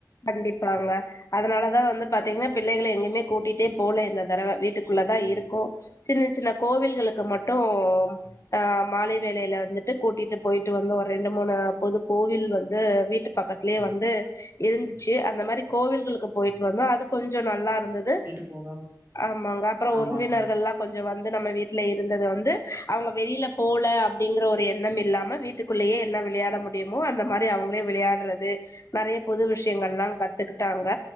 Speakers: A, on the left; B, on the right.
A: கண்டிப்பாங்க அதனாலதா வந்து பாத்தீங்கன்னா பிள்ளைகள எங்கயுமே கூட்டிட்டே போல இந்த தடவ வீட்டுக்குள்ளதா இருக்கோ சின்ன சின்ன கோவில்களுக்கு மட்டு ஆ மாலை வேளைல வந்துட்டு கூட்டிட்டு போயிட்டு வந்து ஒரு ரெண்டு மூணு பொது கோவில் வந்து வீட்டு பக்கத்லயே வந்து இருந்துச்சு அந்த மாரி கோவில்களுக்கு போயிட்டு வந்தோ அது கொஞ்சோ நல்லா இருந்தது
B: வீட்டு போகாம
A: ஆமாங்க அப்றோ
B: ஆமாங்க.
A: உறவினர்கள்லா கொஞ்சோ வந்து நம்ம வீட்ல இருந்தது வந்து அவங்க வெளில போல அப்டிங்கற ஒரு எண்ணம் இல்லாம வீட்டுக்குள்ளயே என்ன விளையாட முடியுமோ அந்த மாரி அவங்களே விளையாடுறது நெறைய புது விஷயங்கள்லா கத் துக்கிட்டாங்க